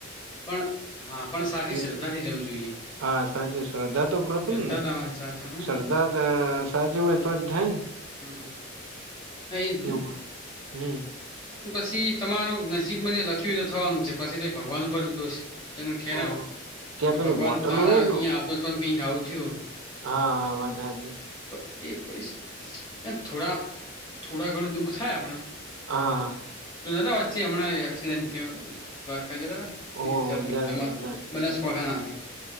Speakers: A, on the left; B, on the right.
A: પણ હા પણ સારી
B: એ
A: શ્રદ્ધાથી જવું જોઈએ
B: હા સાચી શ્ર્ધા તો પ્રથમ
A: શ્રદ્ધા
B: ને
A: તમારી સાથે હે
B: શ્ર્ધા
A: ને
B: સાચી હોય તો જ થાય ને
A: હમ હમ હા એજ
B: કેવ
A: ને
B: હમ
A: પછી તમારું નસીબમાં જે લખ્યું તો થવાનું છે પછી ભગવાન ઉપર દોષિત એને ઠેરાવ
B: હમ ત્યાં
A: કે
B: પેલી
A: ભગવાન
B: હોટલ
A: તારા
B: હોય
A: અહીયા
B: ને
A: આવતો તોને કઈક આવું થયું
B: હા વાત હાજી
A: તો એ પૈસ થોડા થોડા ઘણું દુઃખ થાય આપણે
B: હા
A: કદાચ તો જા વાતચ હમણાં એક્સિડેન્ટ થયો દ્વારકા તમા
B: હો ગાડી
A: બધા સ્ઠા ના હતા